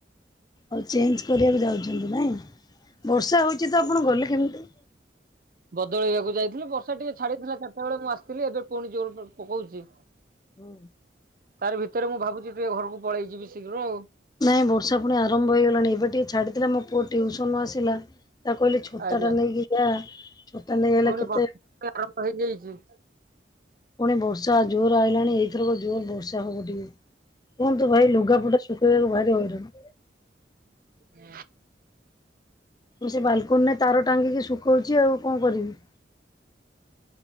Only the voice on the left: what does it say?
ଆଉ ଚେଞ୍ଜ୍ କରିବାକୁ ଯାଉଛନ୍ତି ନାଇଁ? ବର୍ଷା ହଉଛି ତ ଆପଣ ଗଲେ କେମିତି?
ହଁ।
ନାଇଁ ବର୍ଷା ପୁଣି ଆରମ୍ଭ ହେଇଗଲାଣି। ଏବେ ଟିକେ ଛାଡିଥିଲା ମୋ ପୁଅ ଟିଉସନ୍ ରୁ ଆସିଲା। ତାକୁ କହିଲେ ଛତା
ଟା ନେଇକି ଯା। ଛତା ନେଇ ଆଇଲା
କେତେ
ପୁଣି ବର୍ଷା ଜୋର ଆଇଲାଣି ଏଇଥରକ ଜୋର ବର୍ଷା ହବ ଟିକେ। କୁହନ୍ତୁ ଭାଇ ଲୁଗାପୁଟା ଶୁଖେଇବାକୁ ଭାରି ହଇରାଣ।
ମୁଁ ସେ ବାଲକୁନିରେ ତାର ଟାଙ୍ଗିକି ଶୁଖଉଛି। ଆଉ କଣ କରିବି?